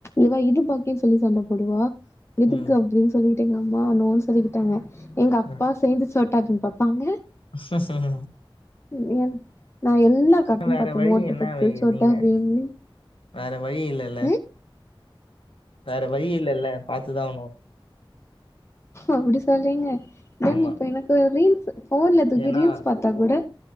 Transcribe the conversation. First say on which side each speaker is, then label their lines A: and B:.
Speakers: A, on the left; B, on the left.
A: இவ இது பாக்கே சொல்லி சண்ட போடுவா எதுக்கு
B: ம்
A: அப்டின்னு சொல்லிட்டு எங்க அம்மா நோனு சொல்லிக்கிட்டாங்க எங்க அப்பா
B: ஆ.
A: சேர்ந்து சொ கார்ட்டூன் பாப்பாங்க
B: <unintelligible>
A: ந நா எல்லா கார்ட்டூன்
B: வேற
A: பாப்பே
B: வழி
A: மோட்டு
B: என்ன
A: பத்துலு
B: வை-
A: சோட்டா
B: நீங்க
A: பீம்
B: வேற வழி இல்லல்ல
A: ம்
B: வேற வழிய இல்லல்ல பாத்துதா ஆவுணு
A: அப்டி சொல்றீங்க நான்
B: ஆமா
A: இப்ப எனக்கு ரீல்ஸ் ஃபோன்ல தூக்கி
B: ஏன்னா
A: ரீல்ஸ் பாத்தா கூட